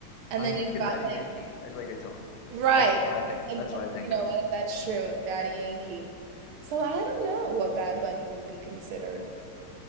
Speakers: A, on the right; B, on the left.
A: And
B: I
A: then
B: think
A: you've
B: of
A: got
B: Daddy
A: like,
B: Yankee as reggaeton.
A: right.
B: That's what I think.
A: And,
B: That's
A: and
B: what I think
A: you know
B: of.
A: what? That's true, Daddy Yankee. So I don't know what Bad Bunny would be considered.